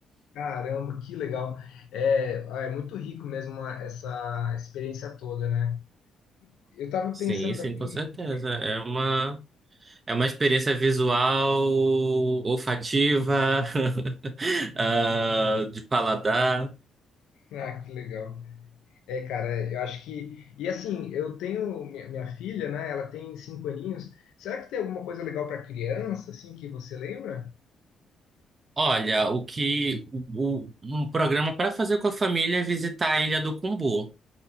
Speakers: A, on the left; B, on the right.
A: Caramba, que legal. É, ah, é muito rico mesmo ah, essa experiência toda, né? Eu tava
B: Sim,
A: pensando
B: sim,
A: aqui.
B: com certeza.
A: <laughs>
B: É uma, é uma experiência visual, olfativa, <laughs> ah, de paladar.
A: Ah, que legal. É, cara, eu acho que. E assim, eu tenho minha, minha filha, né? Ela tem cinco aninhos. Será que tem alguma coisa legal para criança, assim, que você lembra?
B: Olha, o que o, o- um programa para fazer com a família é visitar a Ilha do Cumbu,